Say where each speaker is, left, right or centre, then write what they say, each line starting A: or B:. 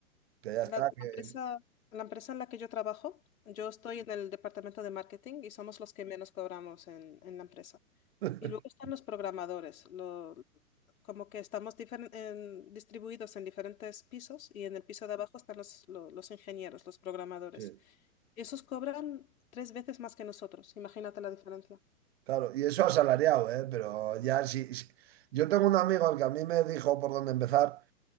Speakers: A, on the right (about 45°); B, on the left (about 65°).
A: que ya
B: La,
A: está.
B: la
A: Que...
B: empresa, la empresa en la que yo trabajo, yo estoy en el departamento de marketing y somos los que menos cobramos en, en la empresa.
A: <laughs>
B: Y luego están los programadores, lo- como que estamos difer- en- distribuidos en diferentes pisos y en el piso de abajo están los, lo- los ingenieros, los programadores.
A: Sí,
B: Esos cobran tres veces más que nosotros, imagínate la diferencia.
A: claro. Y eso asalariado, ¿eh? Pero ya si... si- Yo tengo un amigo al que a mí me dijo por dónde empezar.